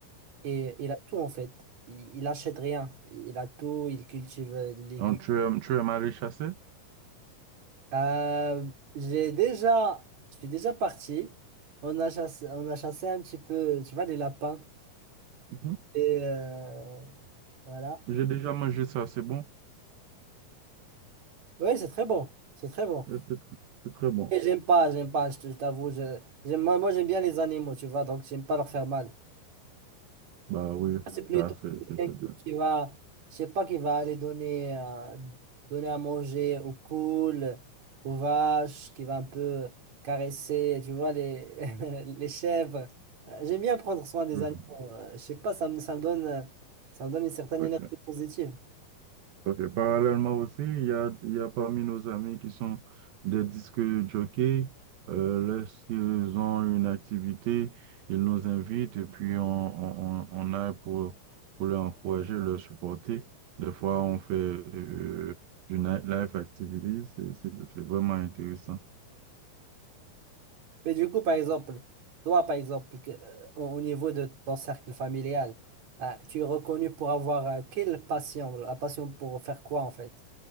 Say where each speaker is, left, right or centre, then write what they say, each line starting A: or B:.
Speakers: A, on the right; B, on the right.
A: et il a tout, en fait. Il, il achète rien. Il a tout, il cultive euh, les légumes.
B: Donc, tu aimes, tu aimes aller chasser?
A: Euh, j'ai déjà, je suis déjà parti. On a chassé, on a chassé un petit peu, tu vois, les lapins.
B: Mhm.
A: Et euh, voilà.
B: J'ai déjà mangé ça, c'est bon?
A: Oui, c'est très bon. C'est très bon.
B: Mais C'est c'est très bon.
A: Et j'aime pas, j'aime pas, je te- je t'avoue. je- j'aime- moi, moi j'aime bien les animaux, tu vois, donc j'aime pas leur faire mal.
B: Bah oui,
A: Ah, C'est plutôt
B: ça, c'est
A: quelqu'un
B: c'est- c'est
A: qui,
B: bien.
A: qui va, je sais pas, qui va aller donner, euh, donner à manger aux poules, aux vaches, qui va un peu caresser, tu vois, les, <laughs> les chèvres. Euh, J'aime bien prendre soin des
B: Mhm.
A: animaux. euh, Je sais pas, ça me, ça me donne, euh, ça me donne une certaine
B: Ok.
A: énergie positive.
B: Ok. Parallèlement aussi, il y a, il y a parmi nos amis qui sont des disques jockeys. Euh, lorsqu'ils ont une activité, ils nous invitent et puis on, on, on on aille pour, pour les encourager, leur supporter. Des fois, on fait euh, du nightlife activity. C'est c'est- c'est vraiment intéressant.
A: Mais du coup, par exemple, toi, par exemple, que- euh, au au niveau de ton cercle familial, euh, tu es reconnu pour avoir euh, quelle passion? La passion pour faire quoi, en fait?